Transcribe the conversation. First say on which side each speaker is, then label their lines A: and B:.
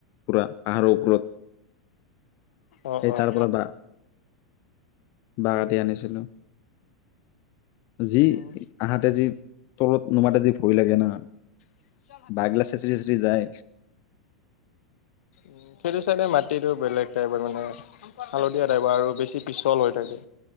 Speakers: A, on the left (about 45°); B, on the left (about 70°).
A: পুৰা পাহাৰৰ ওপৰত
B: অ',
A: সেই
B: অ'।
A: তাৰ পৰা বা বাঁহ কাটি আনিছিলোঁ যি
B: অ',
A: আহাতে যি তলত নোমাতে যি ভয় লাগে না
B: <unintelligible>
A: বাঁহগিলা চেচৰি চেচৰি যায়
B: উ সিটো চাইডে মাটিতো বেলেগ টাইপৰ মানে হালধীয়া টাইপৰ আৰু বেছি পিছল হৈ থাকে